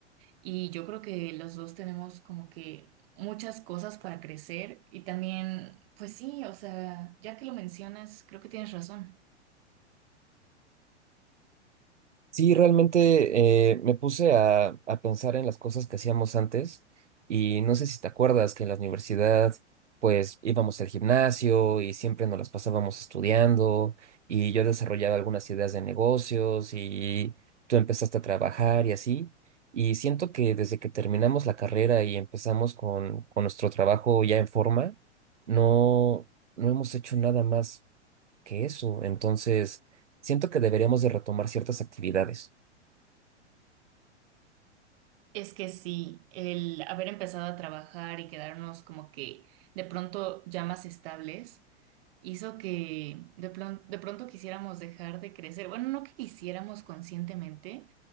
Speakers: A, on the right; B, on the right.
A: y yo creo que los dos tenemos como que muchas cosas para crecer y también, pues sí, o sea, ya que lo mencionas, creo que tienes razón.
B: Sí, realmente eh, me puse a, a pensar en las cosas que hacíamos antes y no sé si te acuerdas que en la universidad pues íbamos al gimnasio y siempre nos las pasábamos estudiando y yo desarrollaba algunas ideas de negocios y tú empezaste a trabajar y así. Y siento que desde que terminamos la carrera y empezamos con, con nuestro trabajo ya en forma, no, no hemos hecho nada más que eso. Entonces, siento que deberíamos de retomar ciertas actividades.
A: Es que sí, el haber empezado a trabajar y quedarnos como que de pronto ya más estables. hizo que de, plon- de pronto quisiéramos dejar de crecer. Bueno, no que quisiéramos conscientemente,